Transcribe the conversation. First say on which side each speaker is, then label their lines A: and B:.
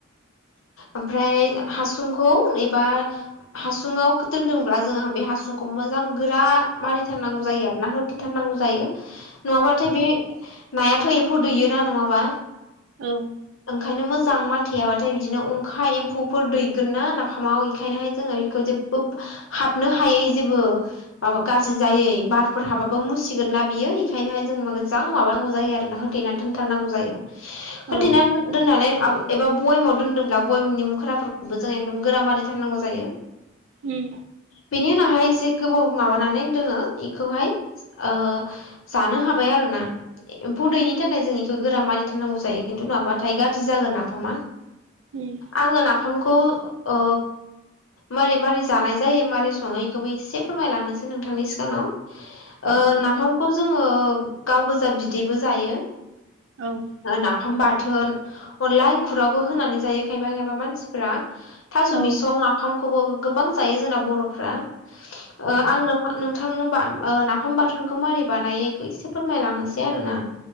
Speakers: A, on the left; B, on the right.
A: ओमफ्राय हासुंखौ एबा हासुंङाव दोनदोंब्ला जोंहा बे हासुंखौ मोजां गोरा मारिथारनांगौ जायो आरोना हो दोनथारनांगौ जायो नङाब्लाथाय बे नायाथ' एम्फौ दैयोना नंङाबा
B: औ
A: ओंखायनो मोजां माथेयाबाथाय बिदिनो अंखा एम्फौफोर दैगोन ना नाफामाव बेखायनोहाय जोंङो खौ जेबो हाबनो हायै जेबो माबा गाज्रि जायो बारफोर हाबाबो मुसिगोन ना बियो बेखायनोहाय जों मोजां माबानांगौ जायो आरोना होथेना दोनथारनांगौ जायो
B: औ
A: होथेना दोननानै एबा बयामाव दोनदोंब्ला बयेमनि मुख्राफोरखौबो जों एकदम गोरा मारिथारनांगौ जायो।
B: उम
A: बिनि उनावहाय एसे गोबाव माबानानै दोङो बेखौहाय ओ जानो हाबाय आरो ना एम्फुदैयिनि थाखाय जों इखौ गोरा दोननांगौ जायो खिन्थु नङाबाथाय गाज्रि जागोन नाफामा
B: उम
A: आंङो नाफामखौ ओ मारै मारै जानाय जायो मारोरै संङो बेखौबो एसे फोरमायलांनोसै नोंथांनि सिगांङाव ओ
B: औ
A: नाफामखौ जोंङो गाव गोजा बिदैबो जायो।
B: औ
A: नाफाम बाथोन अनला एंखुरावबो होनानै जायो खायफा खायबा मानसि फोरा थास'
B: औ
A: बिसं नाफामखौबो गोबां जायो जोंना बर'फ्रा ओ आंनो नोंथांनो नाफाम बाथोनखौ मारै बानायैखौ एसे फोरमायलांनोसै आरो ना